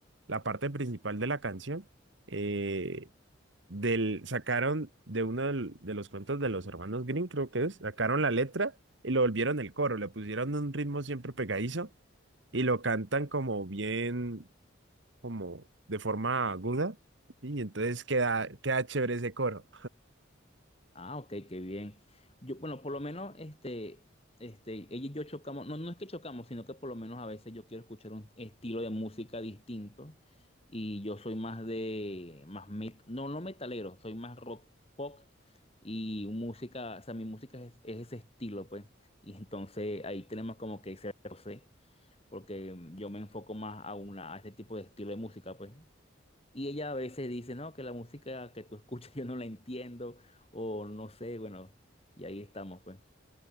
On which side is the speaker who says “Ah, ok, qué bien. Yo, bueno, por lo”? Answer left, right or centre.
Left